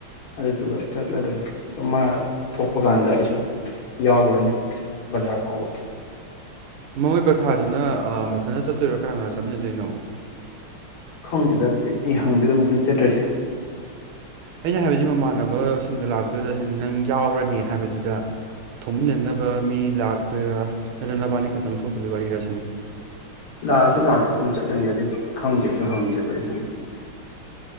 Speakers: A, on the left; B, on the right.
A: ꯑꯗꯨꯗꯨꯒ ꯆꯠꯂꯗꯣꯏꯅꯤ ꯑꯗꯨ ꯃꯥ ꯊꯣꯛꯄ ꯀꯥꯟꯗ ꯑꯩꯁꯨ ꯌꯥꯎꯒ꯭ꯔꯅꯤ ꯕꯖꯥꯔ ꯐꯥꯎꯕ
B: ꯃꯣꯏ ꯄꯩꯈꯥꯗꯨꯅ ꯑꯥ ꯃꯊꯟꯇ ꯆꯠꯇꯣꯏꯔꯣ ꯀꯅꯥ ꯀꯅꯥ ꯆꯠꯃꯤꯟꯅꯗꯣꯏꯅꯣ
A: ꯈꯪꯗꯦꯗ ꯑꯗꯨꯗꯤ ꯑꯩ ꯍꯪꯗꯦꯗ ꯃꯊꯟꯇ ꯆꯠꯇ꯭ꯔꯗꯤ
B: ꯑꯩꯅ ꯍꯥꯏꯕꯗꯤ ꯃꯃꯥꯟꯅꯕꯁꯤꯡꯒ ꯂꯥꯛꯇꯣꯏꯔꯁꯤꯅꯤ ꯅꯪ ꯌꯥꯎꯔꯅꯤ ꯍꯥꯏꯕꯗꯨꯗ ꯊꯣꯛꯃꯤꯟꯅꯅꯕ ꯃꯤ ꯂꯥꯛꯇꯣꯏꯔ ꯅꯠꯇ꯭ꯔꯒ ꯅꯕꯥꯅꯤ ꯈꯛꯇꯪ ꯊꯣꯛꯈꯤꯕꯩ ꯋꯥꯔꯤꯔꯁꯤꯅꯤ
A: ꯂꯥꯛꯑꯁꯨ ꯂꯥꯛꯇ꯭ꯔꯁꯨ ꯁꯨꯝ ꯆꯠꯂꯅꯤꯗ ꯑꯗꯨꯗꯤ ꯈꯪꯗꯦ ꯑꯩꯁꯨ ꯍꯪꯗꯦꯕ ꯑꯗꯨꯗꯤ